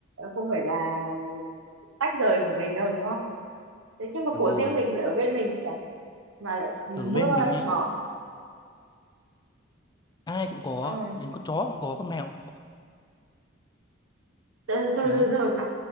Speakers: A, on the right; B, on the left.
A: không phải là tách rời của mình đâu đúng không thế nhưng mà
B: Đúng
A: của
B: rồi.
A: riêng mình lại ở bên mình chứ mà mà lại mưa
B: Ở bên mình
A: lại
B: nhá,
A: bỏ
B: ai cũng có,
A: ừ.
B: đến con chó cũng có, con mèo cũng có.
A: thôi, thôi
B: Đấy.
A: thôi thôi bạn